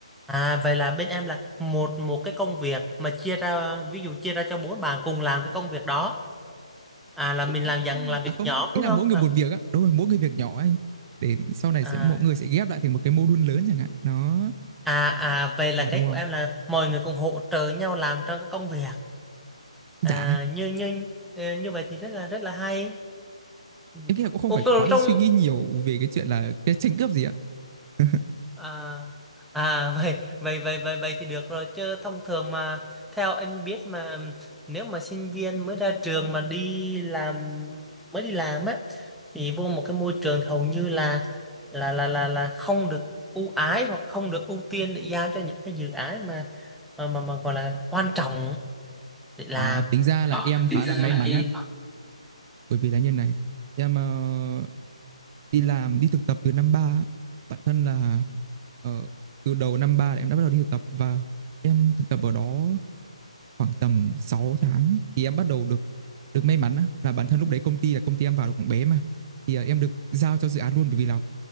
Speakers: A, in the centre; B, on the right.
A: à vậy là bên em là một một cái công việc mà chia ra ví dụ chia ra cho bốn bạn cùng làm cái công việc đó à là mình
B: đúng
A: làm dạng làm việc
B: à không
A: nhóm
B: ý
A: đúng
B: là
A: không
B: mỗi người
A: làm,
B: một việc á đúng rồi mỗi người việc nhỏ anh để sau này
A: à
B: sẽ mỗi người sẽ ghép lại thành một cái module lớn chẳng hạn đó
A: à à vậy
B: em
A: là
B: mà đúng
A: cái
B: không?
A: của em là mọi người cùng hỗ trợ nhau làm trong cái công việc
B: Dạ,
A: à như như ờ, như vậy thì rất là rất là hay Ừ.
B: em nghĩ là cũng không
A: Ủa,
B: phải
A: còn
B: quá
A: trong
B: suy nghĩ nhiều về cái chuyện là cái tranh cướp gì ạ. <laughs>
A: À, à vậy vậy vậy vậy vậy thì được rồi chứ thông thường mà theo anh biết mà nếu mà sinh viên mới ra trường mà đi làm mới đi làm á thì vô một cái môi trường thì hầu như là là là là là không được ưu ái hoặc không được ưu tiên để giao cho những cái dự án mà mà mà, mà gọi là quan trọng để làm.
B: Ờ, tính ra là
A: Ờ,
B: em khá
A: thì ra
B: là may
A: là
B: mắn
A: em
B: á, bởi vì là như này, em ờ, đi làm đi thực tập từ năm ba á. Bản thân là ờ, từ đầu năm ba là em đã bắt đầu đi thực tập và em thực tập ở đó khoảng tầm 6 tháng thì em bắt đầu được được may mắn á, là bản thân lúc đấy công ty là công ty em vào là cũng bé mà thì ờ, em được giao cho dự án luôn bởi vì là